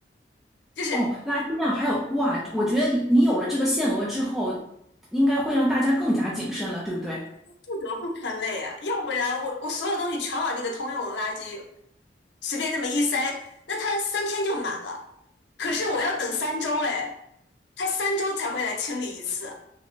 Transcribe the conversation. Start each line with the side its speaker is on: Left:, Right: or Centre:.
Left: 就是
Centre: 哦，垃圾量还有哇，我觉得你有了这个限额之后，应该会让大家更加谨慎了，对不对？
Left: 不得不分类啊，要不然我我所有东西全往那个通用的垃圾随便那么一塞，那它三天就满了。可是我要等三周，哎，它三周才会来清理一次，